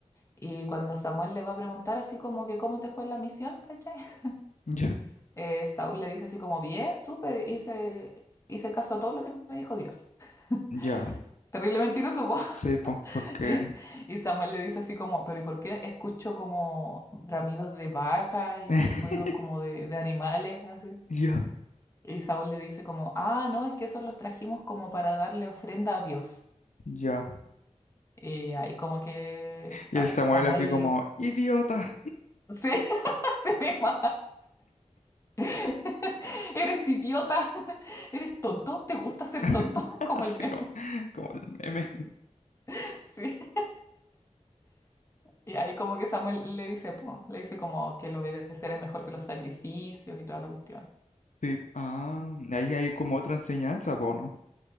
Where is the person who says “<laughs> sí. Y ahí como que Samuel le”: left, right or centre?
Left